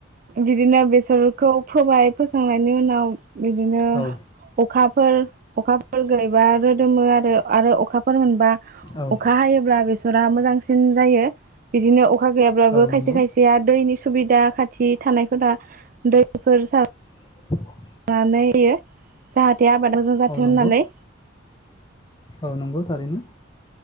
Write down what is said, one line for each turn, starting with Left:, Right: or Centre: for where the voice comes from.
Right: बिदिनो बेसरखौ फोबाय फोखांनायनि उनाव बिदिनो
Left: औ
Right: अखा फोर अखाफोर <unintelligible> रोदोमो आ आरो अखा फोर मोनबा
Left: औ
Right: अखा हायोब्ला रो बेसरा मोजांसिन जायो बिदिनो अ अखा गैयाब्लाबो
Left: औ
Right: खायसे
Left: नंगौ
Right: खायसेया दैनि सुबिदा खाथि थानायफोरा दैफोर सार
Left: <inaudible>
Right: <unintelligible> मोजां जाथों
Left: औ नंगौ
Right: होननानै
Left: औ नंगौ थारैनो